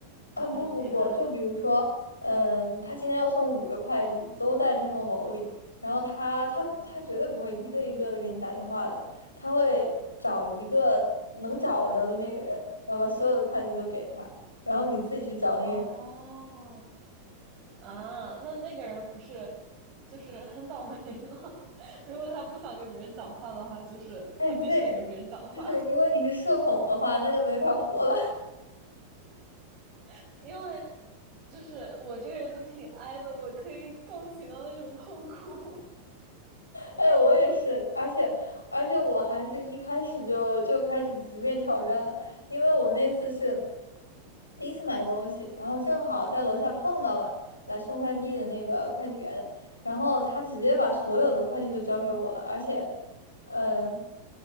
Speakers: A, on the left; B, on the right.
A: 啊，
B: 然后给他
A: 不不不，就比如说，嗯，他今天要送五个快递，都在这栋楼里，
B: 嗯
A: 然后他他他绝对不会一个一个的给你打电话的，他会找一个能找着的那个人，然后把所有的快递都给他，然后你自己去找那个人。
B: 哦啊，那那个人不是就是很倒霉吗？<laughs> 如果他不想跟别人讲话的话，就是他必须得跟别人讲话，
A: 哎，对，就是如果你是社恐的话，那就没法活了。
B: <laughs> 因为就是我这个人就挺 i 的，我可以共情到那种痛苦。<laughs>
A: 哎，我也是，而且而且我还是一开始就就开始直面挑战了，因为我那次是第一次买东西，然后正好在楼下碰到了来送快递的那个快递员，
B: 嗯，
A: 然后他直接把所有的快递都交给我了，而且，嗯，